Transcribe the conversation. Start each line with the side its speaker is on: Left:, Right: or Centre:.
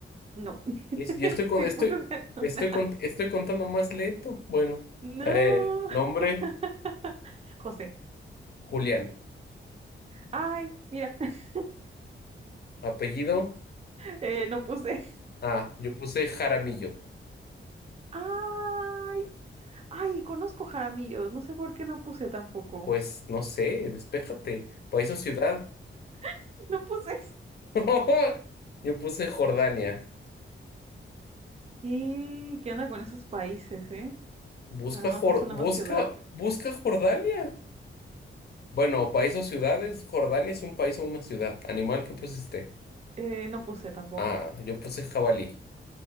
Right: No. <laughs>
Left: Es- Y estoy
Right: Sí
Left: con, estoy,
Right: pude. ver una.
Left: estoy con- estoy contando más lento. Bueno,
Right: No.
Left: eh, nombre,
Right: <laughs> José.
Left: Julián.
Right: Ay, mira, <laughs>
Left: Apellido,
Right: eh, no puse.
Left: ah, yo puse Jaramillo.
Right: Ay, ay, conozco Jaramillos, no sé por qué no puse tampoco.
Left: Pues no sé, despéjate. País o ciudad.
Right: <laughs> No puse.
Left: <laughs> Yo puse Jordania.
Right: ¿Qué? ¿Qué onda con esos países, eh?
Left: Busca,
Right: Ah, no,
Left: Jor-
Right: esa es una
Left: busca,
Right: más ciudad.
Left: busca Jordania. Bueno, país o ciudades. Jordania es un país o una ciudad. Animal que pusiste.
Right: Eh, no puse tampoco.
Left: Ah, yo puse jabalí.